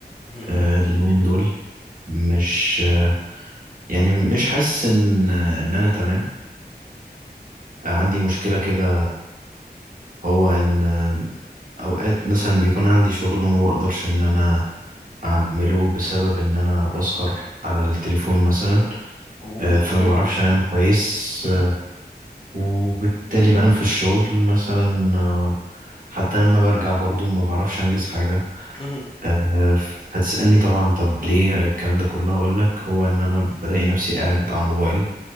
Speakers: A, on the left; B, on the right.
A: مهم.
B: آه اليومين دول مش آه يعني مش حاسس إن آه إن أنا تمام آه عندي مشكلة كده هو إن آه أوقات مثلا بيكون عندي شغل وما بقدرش إن أنا أعمله بسبب إن أنا بسهر على التليفون مثلا
A: أوه
B: آه فما
A: أوكي
B: بعرفش أنام كويس
A: مهم.
B: آه وبالتالي بنام في الشغل مثلا آه حتى لما برجع برضو ما بعرفش أنجز حاجة
A: مهم.
B: آه، هتسألني طبعا طب ليه الكلام ده كله هقول لك هو ان انا بلاقي نفسي قاعد على الموبايل